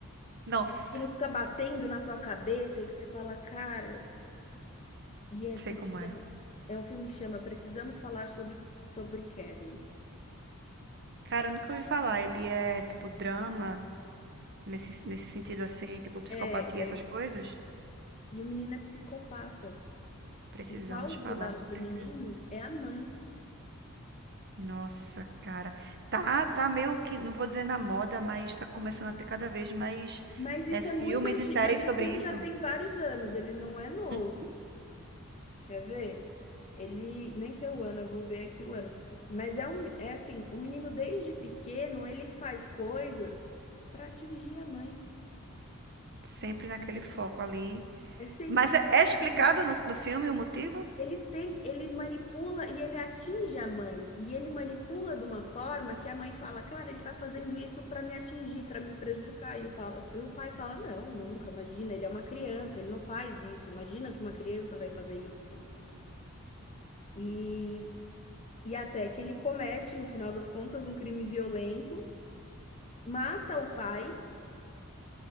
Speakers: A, on the right; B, on the left.
A: Nossa,
B: aquilo fica batendo na tua cabeça e que você fala, cara, e é assim,
A: sei como
B: chama-
A: é.
B: é um filme que chama Precisamos Falar sobre, sobre Kevin.
A: Cara, eu nunca ouvi falar. Ele é tipo drama, nesse, nesse sentido assim, tipo psicopatia,
B: É,
A: essas
B: é,
A: coisas.
B: e o menino é psicopata.
A: Precisamos
B: E o alvo
A: falar
B: da- do
A: sobre
B: menino
A: Kevin.
B: é a mãe.
A: Nossa, cara. Tá, tá meio que, não vou dizer na moda, mas tá começando a ter cada vez mais
B: Mas isso
A: é, filmes
B: é muito antigo,
A: e séries
B: mas esse
A: sobre
B: filme
A: isso.
B: já tem vários anos, ele não é novo.
A: Hum.
B: Quer ver? Ele, nem sei o ano, eu vou ver aqui o ano. Mas é, um, é assim, o menino desde pequeno, ele faz coisas para atingir a mãe.
A: Sempre naquele foco ali.
B: É sempre
A: Mas é,
B: para
A: é
B: atingir
A: explicado
B: a mãe.
A: no, no filme o motivo?
B: Ele tem, ele manipula e ele atinge a mãe. E ele manipula de uma forma que a mãe fala, cara, ele tá fazendo isso para me atingir, para me prejudicar. E o pai, e o pai fala, não, nunca, imagina, ele é uma criança, ele não faz isso. Imagina que uma criança vai fazer isso. E, E até que ele comete, no final das contas, um crime violento, mata o pai